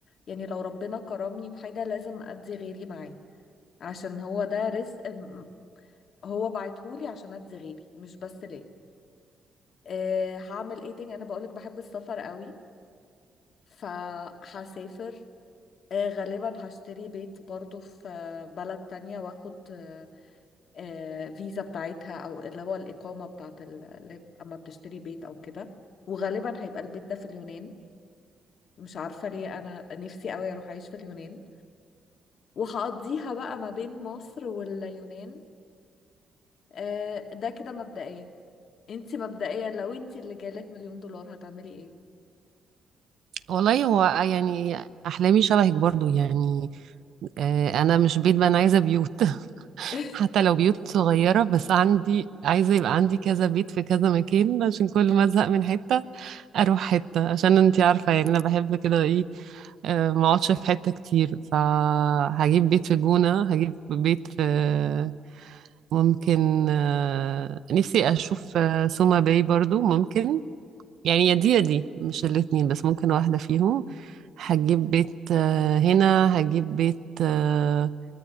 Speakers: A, on the left (about 60°); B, on the right (about 70°).
A: يعني لو ربنا كرمني بحاجة لازم ادي غيري معاه عشان هو ده رزق م- هو بعتهولي عشان ادي غيري مش بس ليه أه هعمل ايه تاني انا بقولك بحب السفر قوي فهسافر آه، غالبا هشتري بيت برضو في آه، بلد تانية واخد آه، آه، فيزا بتاعتها او اللي هو الإقامة بتاعت ال- اللي اما بتشتري بيت او كده وغالبا هيبقى البيت ده في اليونان مش عارفة ليه انا نفسي قوي اروح اعيش في اليونان وهقضيها بقى ما بين مصر واليونان آه، ده كده مبدئيا انتي مبدئيا لو انتي اللي جالك مليون دولار هتعملي
B: والله هو يعني احلامي شبهك برضو يعني آه، انا مش بيت بقى انا عايزة بيوت <laughs>
A: ايه
B: حتى لو بيوت صغيرة بس عندي عايزة يبقى عندي كذا بيت في كذا مكان عشان كل ما ازهق من حتة اروح حتة عشان انتي عارفة يعني انا بحب كده ايه آه، ما اقعدش في حتة كتير فهجيب بيت في جونة هجيب بيت في ممكن آه، نفسي اشوف آه، سوما باي برضو ممكن يعني يا دي يا دي
A: <laughs>
B: مش الاتنين بس ممكن واحدة فيهم هجيب بيت آه، هنا هجيب بيت آه،